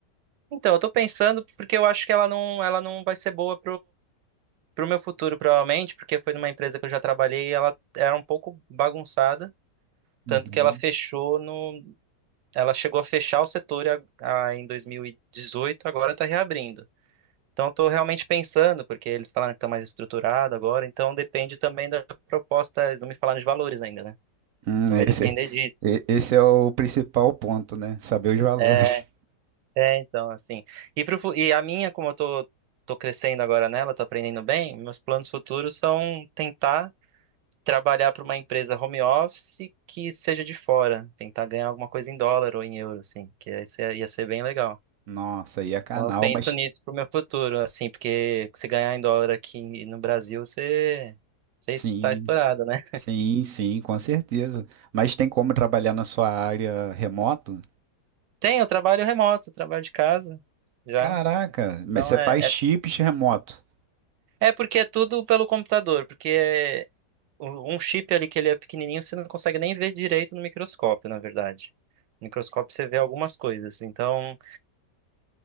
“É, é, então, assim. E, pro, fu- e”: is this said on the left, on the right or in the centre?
Right